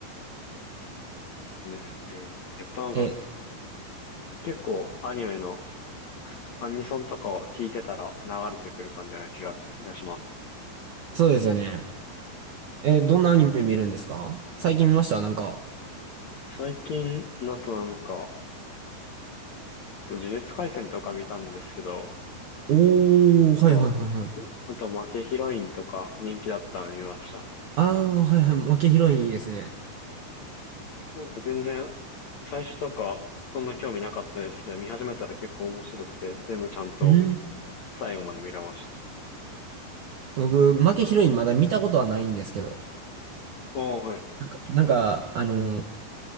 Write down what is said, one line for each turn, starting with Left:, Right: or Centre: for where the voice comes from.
Left: そうですね。やっぱなんか、
Right: え、
Left: 結構アニメのアニソンとかを聞いてたら流れてくる感じな気がし、気がします。
Right: そうですよね。え、どんなアニメ見るんですか最近見ましたなんか。
Left: 最近だとなんか、呪術廻戦とか見たんですけど、
Right: おー、
Left: とあと、
Right: はいはいはいはい。
Left: 普通、あと負けヒロインとか人気だったの見ましたね。
Right: あー、はいはい、負けヒロインいいですね。
Left: なんか全然、最初とかそんな興味なかったですけど、見始めたら結構面白くて、全部ちゃんと
Right: うん
Left: 最後まで見れましたね。
Right: 僕、負けヒロインまだ見たことはないんですけど。
Left: ああ、はい。
Right: なんか、
Left: 結構、
Right: なんかあの、